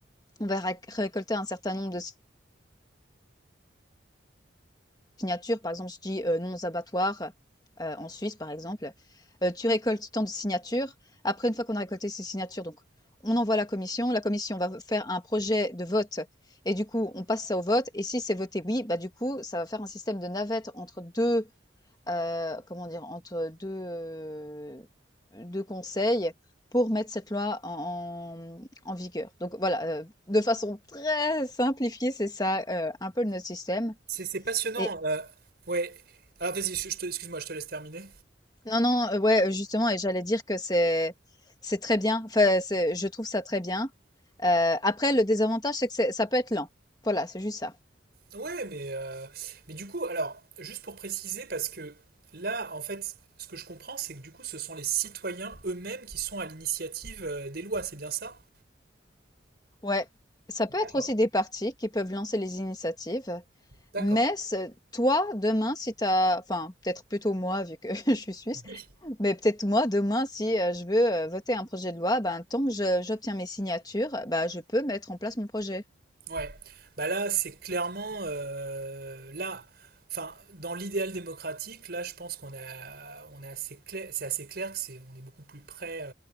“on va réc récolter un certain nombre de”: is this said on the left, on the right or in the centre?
Left